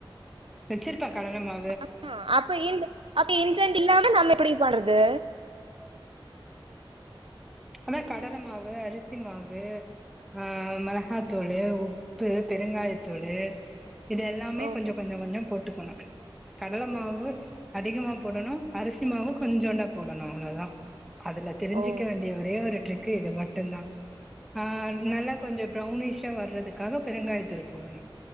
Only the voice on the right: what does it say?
அ அப்ப இன்து அப்ப இன்சென்ட் இல்லாம நம்ம எப்படி பண்றது
ஓ
ஓ